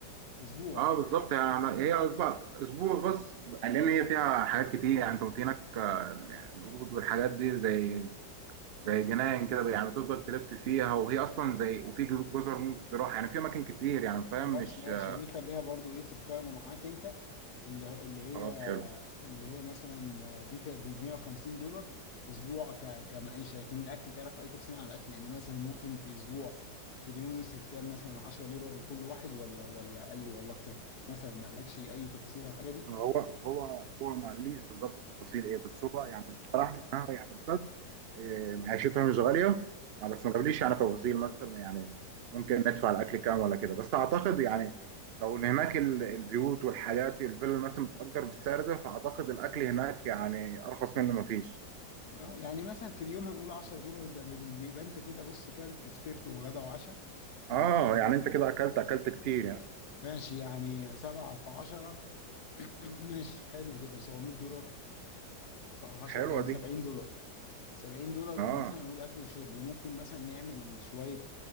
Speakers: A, on the left (about 60°); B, on the right (about 85°).
A: أسبوع
B: اه بالظبط يعني هي أسبوع اسبوع بس لان هي فيها حاجات كتير يعني انت في هناك آه، القرود والحاجات دي زي زي جناين كده يعني بتفضل تلف فيها وهي اصلا زي وفي جزر ممكن تروح يعني في اماكن كتير يعني فاهم
A: خلاص
B: مش
A: ماشي
B: آه،
A: دي خليها برضو ايه في القائمة معاك انت اللي هو- اللي هي
B: خلاص حلو
A: اللي هي مثلا دي ب 150 دولار اسبوع ك- كمعيشة لكن الاكل تعرف اي تفصيل عن الاكل يعني مثلا ممكن في اسبوع في اليوم نصرف كام مثلا 10 دولار لكل واحد ولا ولا اقل ولا اكتر مثلا ما قالكش اي تفاصيل عن الحاجة دي
B: هو هو هو ما قاليش بالظبط التفاصيل ايه بس هو يعني اقترح لي انها يعني بلد آه، معيشتها مش غاليه آه، بس ما قاليش يعني تفاصيل مثلا يعني ممكن ندفع الاكل كام ولا كده بس اعتقد يعني لو ان هناك ال- البيوت والحاجات والفيلا مثلا بتأجر بالسعر ده فاعتقد الاكل هناك يعني ارخص منه ما فيش
A: اه يعني مثلا في اليوم هنقول 10 دولار ده بال- يبقى انت كده بص كلت فطرت وغدا وعشاء
B: اه
A: وخليت
B: يعني انت كده اكلت اكلت كتير يعني
A: ماشي يعني سبعة في عشرة <clears throat> ماشي حلو كده 700 دولار ف- هشرب
B: حلوه
A: كام ب 70
B: دي
A: دولار 70 دولار
B: اه
A: مثلا نقول اكل وشرب وممكن مثلا نعمل شويه